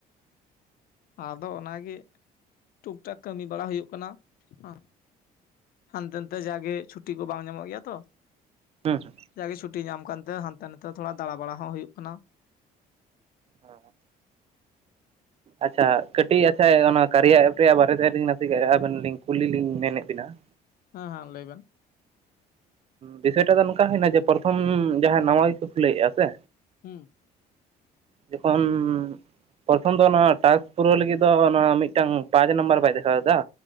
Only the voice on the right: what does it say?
ᱦᱩᱸ ᱦᱩᱸ
ᱦᱩᱸ ᱦᱩᱸ ᱟᱪᱪᱷᱟ ᱠᱟᱹᱴᱤᱡ ᱟᱪᱪᱷᱟ ᱚᱱᱟ ᱠᱟᱨᱭᱟ ᱮᱯ ᱨᱮᱭᱟᱜ ᱵᱟᱨᱮᱛᱮᱞᱤᱧ ᱱᱟᱥᱮ ᱠᱟᱜ ᱟᱵᱮᱱ ᱞᱤᱧ ᱠᱩᱞᱤ ᱞᱤᱧ ᱢᱮᱱᱮᱜ ᱵᱤᱱᱟ ᱾
ᱵᱤᱥᱚᱭᱴᱟ ᱫᱚ ᱱᱚᱝᱠᱟ ᱦᱳᱭᱱᱟ ᱡᱮ ᱯᱨᱚᱛᱷᱚᱢ ᱡᱟᱦᱟᱸᱭ ᱱᱟᱣᱟ ᱜᱮᱠᱚ ᱠᱷᱩᱞᱟᱹᱭᱮᱜᱼᱟ ᱥᱮ
ᱡᱚᱠᱷᱚᱱ ᱯᱨᱚᱛᱷᱚᱢ ᱫᱚ ᱱᱚᱭᱟ ᱴᱟᱥᱠ ᱯᱩᱨᱟᱹᱣ ᱞᱟᱹᱜᱤᱜ ᱫᱚ ᱚᱱᱟ ᱢᱤᱫᱴᱟᱝ ᱯᱟᱸᱪ ᱱᱟᱢᱵᱟᱨ ᱵᱟᱭ ᱫᱮᱠᱷᱟᱣ ᱫᱟ